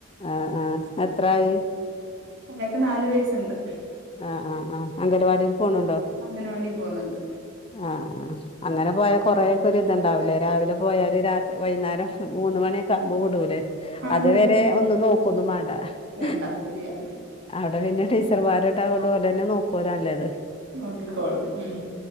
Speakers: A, on the left; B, on the right.
A: ആ ആ അത്രായി
B: എയാക്ക് നാലു വയസ്സുണ്ട്
A: ആഹ് ആഹ് ആഹ് അംഗലവാടിക് പോണ് ണ്ടോ
B: അംഗനവാടി പോകുന്നുണ്ട്
A: ആഹ് ആഹ് അങ്ങനെ പോയാ കൊറെക്കെ ഒരു ഇതുണ്ടാവൂലേ രാവിലെ പോയാല് രാത് വൈന്നാരം അ മൂന്ന് മണിഒക്കെ അപ്പൊ വിടൂല്ലേ
B: ആ
A: അതുവരെ
B: വിടുന്നു
A: ഒന്നും നോക്കൊന്നും മാണ്ട
B: വേണ്ട
A: ഹ് ഹ്
B: ശരിയാ
A: അവിടെ പിന്നെ ടെ ചെറു വാരോട്ടാവോണ്ട് ഒരേന്നെ നോക്കുലോ അല്ലത്
B: നോക്കിക്കോളും ഉം.